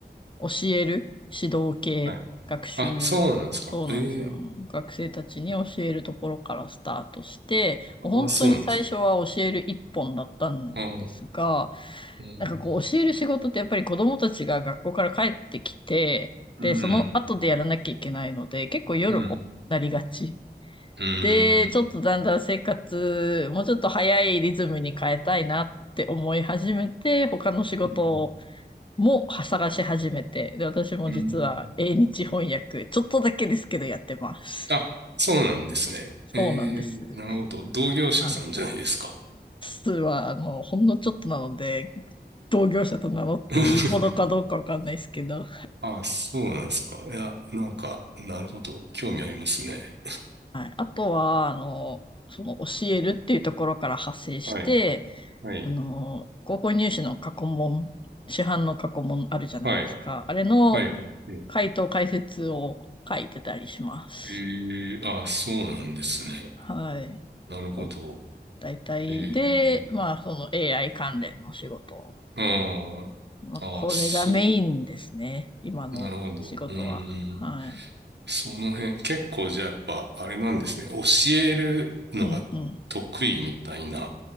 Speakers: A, on the left; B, on the right.
A: 教える指導系、
B: はい。
A: 学習、
B: あ、そうなんですか。
A: そうなんですよ。
B: ええ
A: 学生たちに教えるところからスタートして、もう本当に最初は教える一本だったんですが、
B: あ、そうなんです。うん。うん。
A: なんかこう教える仕事ってやっぱり子供たちが学校から帰ってきて、
B: うん。
A: で、その後でやらなきゃいけないので、結構夜遅くなりがち。
B: うん。うん。
A: で、ちょっとだんだん生活、もうちょっと早いリズムに変えたいなって思い始めて、他の仕事
B: うん。
A: も探し始めて、で、私も実は英日翻訳、
B: うん。
A: ちょっとだけですけどやってます。
B: あ、そうなんですね。
A: そうなんです。
B: えー、なるほど。同業者さんじゃないですか。
A: はい。数は、あの、ほんのちょっとなので、同業者と名乗っていいほどかどうかわかんないですけど、
B: <laughs> あ、そうなんですか。いや、なんか、なるほど。興味ありますね。
A: はい。あとは、あの、その教えるっていうところから派生して、
B: はい、はい、
A: あの、高校入試の過去問、市販の過去問あるじゃないですか。
B: はい、
A: あれの
B: はい、はい。うん
A: 回答解説を書いてたりします。
B: えー、あ、そうなんですね。
A: はい。
B: なるほど。
A: そ大体で、
B: えー、
A: まあ、その AI 関連の仕事。
B: あー
A: まあ、
B: あー、
A: これがメインですね。
B: そ
A: 今の仕事は。
B: う、なるほど。うーん。
A: はい。
B: その辺、結構じゃあやっぱ、あれなんですね。教えるのが得意みたいな
A: うんうん。